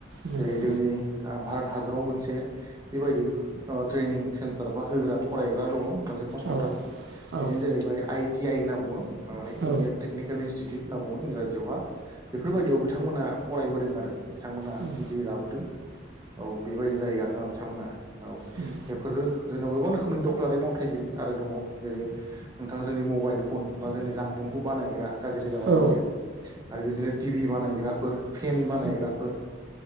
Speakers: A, on the right; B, on the right.
A: नंगौ
B: जेरै जोंनि भारत ओ हादराव मोनसे बेबायदि ओ ट्रेनिं सेन्टार बा होग्रा फरायग्रा दङ मोनसे फसंथान।
A: औ
B: बेनो
A: औ
B: जाहैबाय आइ टि आइ होनना बुङो माने
A: औ
B: इण्डियान टेकनिकेल इनस्टिटिउट। होनना बुङो इंराजियावहा बेफोरबायदियाव बिथांमोनहा फरायबोदों आरो। बिथांमोना
A: उम
B: डिग्रि लाबोदों औ बेबायदि जायो आरोना बिथांमोना औ।
A: उम
B: बेफोरो जोंनाव गोबां रोखोमनि दखलारि मावथायगिरि आरो दङ। जेरै नोंथां जोंनि मबाइल फन बा जोंनि जानबुंखौ बानायग्रा गाज्रि जाबा
A: औ
B: माने आरो बिदिनो टि भि बानायग्राफोर फेन
A: औ
B: बानायग्राफोर